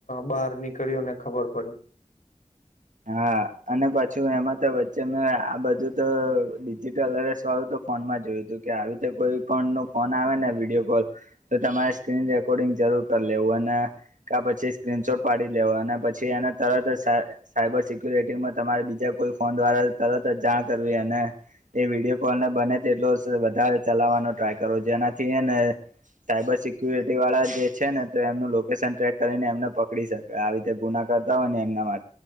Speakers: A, on the left; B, on the right.
A: બહાર નીકળ્યું અનેને ખબર પડી.
B: હા અને પછું એમાં તો વચ્ચે મે આ બધું તો ડિજિટલ હવે સવાળું તો ફોનમાં જોયું હતું કે આવી રીતે કોઈ પણ નો ફોન આવે ને વિડીિયો કોલ તો તમારે સ્ક્રીન રેકોર્ડિંગ જરૂર કરી લેવું અને ક પછી સ્ક્રીનશોટ પાડી લેવ અને પછી એને તરત જ સાયબર સિક્યુરિટીમાં તમારે બીજા કોઈ ફોન દ્વારા તરત જાણ કરવી અને એ વિડીયો કોલ બને તે એટલો વધારે ચલાવવાનો ટ્રાય કરો જેનાથી ને સાયબર સિક્યુરિટી વાળા જે છે ને તો એનું લોકેશન ટ્રેક કરીને એમને પકડી શકાય આવી રીતે ગુના કરતા હોય ને એમના માટે